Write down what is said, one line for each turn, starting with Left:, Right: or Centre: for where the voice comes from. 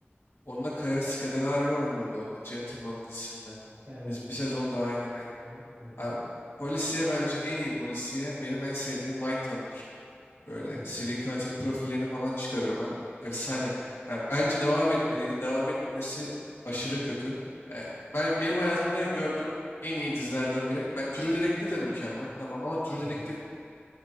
Left: onunla Kaya Scodelario oynuyordu orada Gentleman dizisinde.
Right: Evet.
Left: Biz bir sezon daha aynen aynen.
Right: Hı hı. hı.
Left: Abi, polisiye bence en iyi polisiye benim en sevdiğim Mindhunter. Böyle
Right: Hı.
Left: seri katil profillerini falan çıkarıyorlar. Efsane. Yani bence devam etmeliydi. Devam etmemesi aşırı kötü. Yani ben benim hayatımda gördüğüm en iyi dizilerden biri. Ben True Detective de mükemmel. Tamam ama True
Right: Evet.
Left: Detective